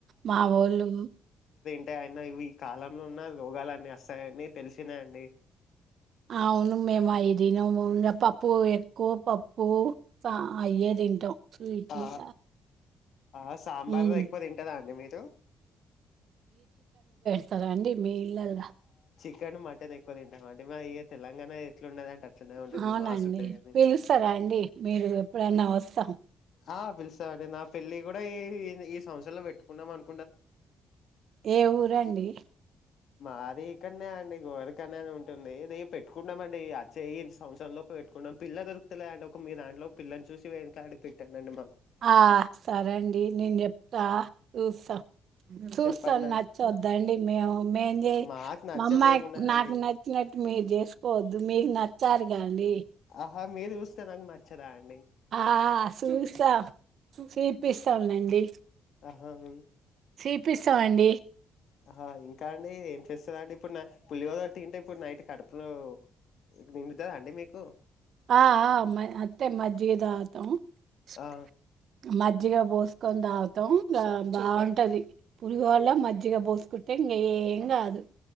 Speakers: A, on the right (about 65°); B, on the left (about 65°).
A: మావూలు
B: అంటే అయిన ఇవి ఈ కాలంలో ఉన్న రోగాలన్నీ వస్తాయని తెలిసినాయండి
A: అవును మేము అయదినము నా పప్పు కోపప్పు అయ్యే తింటాం <unintelligible>
B: ఆ ఆ సాంబార్
A: ఉమ్.
B: ఎక్కువ తింటదా అండి మీరు
A: ఇస్తారా అండి మీ ఈళ్లల్ల
B: <unintelligible> తింటాము అంటే మా ఇ తెలంగాణ ఎట్లుండది అంటే అట్లనే ఉంటది
A: అవునండి
B: మాస్ ఉంటది కాని
A: పిలుస్తారా అండి మీరు ఎప్పుడైనా వస్తాం
B: ఆ పిలుసామండి నా పెళ్లి కూడా ఈ ఈ సంవత్సరా లో పెట్టుకున్నాం అను
A: ఏ ఊరండి
B: మది ఇక్కడనే అండి గోరకనే ఉంటుంది అది పెట్టుకున్నాంమండిచ్చేయ్యి సంవత్సరంలో లోపు పెట్టుకున్నాం పిల్ల దొరుకుతులే అండి ఒక మీ దాంట్లో పిల్లని చూసి వెనలాడి పెట్టానండి
A: ఆ సరేండి నేను చెప్తా చూస్తా చూస్తాను
B: చెప్పండి అండి.
A: నచ్చద్దండి మేము మేం చే
B: మాకు నచ్చంది
A: మా అమ్మాయి
B: ఏమున్నదండి
A: నాకు నచ్చినట్టు మీరు చేసుకోవద్దు దు మీకు నచ్చార్గండి
B: ఆ మీరు చూస్తానాం నాచ్చాదాని
A: ఆ సూస్తా తీపిస్తాంలెండి
B: అహం
A: తీపిస్తాం అండి
B: ఆహా ఇంకా అండి ఏం చేస్తదండి ఇప్పుడు పుల్లిగోద తింటే ఇప్పుడు నైట్ కడుపులో నిండుతదా అండి మీకు
A: ఆ ఆ మ అంతే మజ్జిగ దాగుతాం మజ్జ్
B: ఆ
A: మజ్జిగ పోసుకొని దాగుతాం గా బాగుంటది పులిహోల మజ్జిగ పోసుకుంటే ఇంగా ఏం కాదు